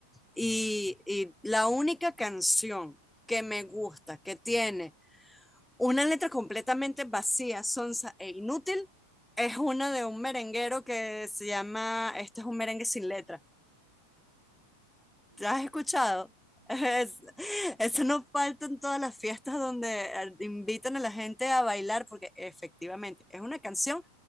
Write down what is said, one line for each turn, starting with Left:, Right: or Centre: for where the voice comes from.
Centre: Y, y la única canción que me gusta, que tiene una letra completamente vacía, sonsa e inútil es una de un merenguero que se llama Este es un merengue sin letra
Right: Uy,
Centre: ¿Te
Right: no
Centre: has
Right: sé,
Centre: escuchado?
Right: <laughs>
Centre: Es-
Right: no, ni idea.
Centre: eso no falta en todas las fiestas donde eh, invitan a la gente a bailar, porque efectivamente es una canción